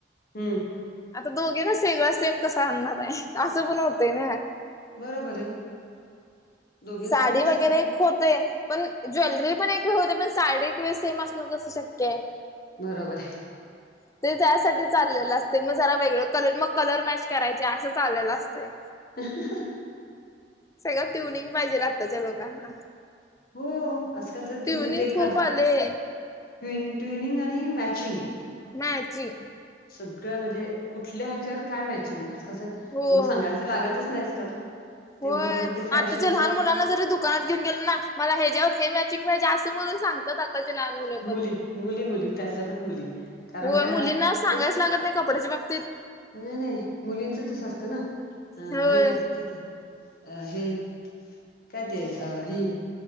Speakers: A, on the left; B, on the left.
A: हम्म,
B: आता दोघे ना सगळा सेम कसा आणणार आहे, असं पण होतय ना.
A: बरोबर आहे. दोघींसाठी
B: साडी
A: कसं
B: वगैरे
A: काय
B: होतय, पण ज्वेलरी पण एक वेळ होतय, पण साडी एक वेळ सेम असणं कसं शक्य आहे.
A: बरोबर आहे.
B: <unintelligible> ते त्यासाठी चाललेलं असतय, मग जरा वेगळं कलर मग कलर मॅच करायचे असं चाललेलं असतय.
A: <unintelligible>
B: सगळं ट्युनिंग पाहिजे, आत्ताच्या लोकांना.
A: हो असं जर, तुम्ही
B: ट्युनिंग
A: ते
B: खूप
A: खर
B: आले
A: ट्विन -ट्विनिंग आणि मॅचिंग.
B: मॅचिंग
A: सगळं म्हणजे कुठल्या ह्याच्यावर काय मॅचिंग आजकाल तर,
B: हो.
A: तुम्हाला सांगायला तर लागतच नाही आजकाल.
B: होय,
A: ते बरोबर ते फॅशनच
B: आत्ताच्या लहान मुलांना जरी दु दुकानात घेऊन गेले ना, मला ह्याच्यावर हे मॅचिंग पाहिजे असं म्हणून सांग <unintelligible> आत्ताचे लहान मुले
A: मुली
B: पण
A: मुली मुली त्यातल्या त्यात मुली कारण
B: होय,
A: का
B: मुलींना सांगायच
A: तेच
B: लागत नाही कपड्याच्या बाबतीत. ते
A: नाही नाही, मुलींच तसं असतं ना, अ
B: होय
A: हे नको का ते अ हे काय, ते अ ही